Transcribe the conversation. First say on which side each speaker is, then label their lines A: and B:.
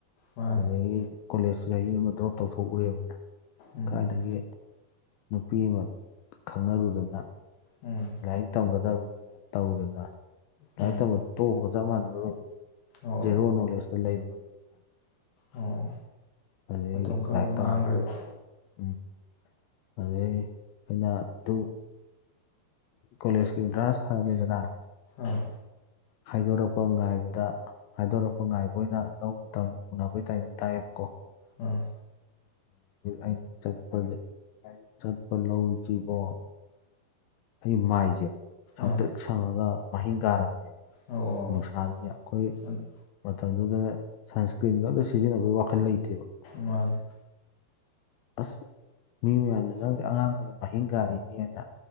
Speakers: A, on the left; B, on the left.
A: ꯃꯥꯅꯤ
B: ꯑꯗꯒꯤ ꯀꯣꯂꯦꯖ ꯆꯍꯤ ꯑꯃ ꯗ꯭ꯔꯣꯞ ꯇꯧꯊꯣꯛꯎꯦꯕꯅꯤꯅ
A: ꯎꯝ
B: ꯀꯥꯏꯗꯒꯤ ꯅꯨꯄꯤ ꯑꯃ ꯈꯪꯅꯔꯨꯗꯅ
A: ꯎꯝ
B: ꯂꯥꯏꯔꯤꯛ ꯇꯝꯒꯗꯕꯅꯤꯅ ꯇꯧꯗꯅ ꯂꯥꯏꯔꯤꯛ
A: ꯎꯝ
B: ꯇꯝꯕ ꯇꯣꯛꯄꯒ ꯆꯞ ꯃꯥꯟꯅꯔꯨꯔꯕꯅꯦ
A: ꯑꯣ
B: ꯖꯦꯅꯔꯣ ꯅꯣꯂꯦꯖꯇ ꯂꯩꯔ
A: ꯑꯣ
B: ꯑꯗꯩ
A: ꯃꯇꯝ ꯈꯔ
B: ꯂꯥꯏꯔꯤꯛ ꯇꯝꯕ
A: ꯃꯥꯡꯈ꯭ꯔꯦꯕ
B: ꯎꯝ ꯑꯗꯨꯗꯒꯤ ꯑꯩꯅ ꯑꯗꯨ ꯀꯣꯂꯦꯖꯀꯤ ꯑꯦꯟꯇ꯭ꯔꯥꯟꯁ ꯊꯥꯅꯤꯗꯅ
A: ꯑꯥ
B: ꯍꯥꯏꯗꯣꯔꯛꯄ ꯉꯥꯏꯕꯗ ꯍꯥꯏꯗꯣꯔꯛꯄ ꯉꯥꯏꯕ ꯑꯣꯏꯅ ꯂ ꯃꯇꯝ ꯎꯅꯕꯒꯤ ꯇꯥꯏꯃꯤꯟ ꯇꯥꯏꯌꯦꯕꯀꯣ
A: ꯎꯝ
B: ꯑꯩꯅ ꯆꯠꯄꯁ ꯑꯩꯅ ꯆꯠꯄ ꯂꯧꯁꯤꯕꯣ ꯑꯩꯒꯤ ꯃꯥꯏꯁꯦ ꯁꯪꯇ꯭ꯔꯤꯛ
A: ꯑꯥ
B: ꯁꯪꯉꯒ ꯃꯍꯤꯡ ꯀꯥꯔꯕꯅꯦꯕ
A: ꯑꯣ
B: ꯅꯨꯡꯁꯥ ꯑꯩꯈꯣꯏ
A: ꯑꯗꯨ
B: ꯃꯇꯝꯗꯨꯗ ꯁꯟꯁꯀ꯭ꯔꯤꯟꯒ ꯑꯇ ꯁꯤꯖꯤꯟꯅꯕꯒꯤ ꯋꯥꯈꯜ ꯂꯩꯇꯦꯕ
A: ꯃꯥꯅ
B: ꯑꯁ ꯃꯤ ꯃꯌꯥꯝꯅ ꯅꯪꯗꯦ ꯑꯉꯥꯡ ꯑꯣꯏꯅ ꯃꯍꯤꯡ ꯀꯥꯔꯤꯅꯦꯅ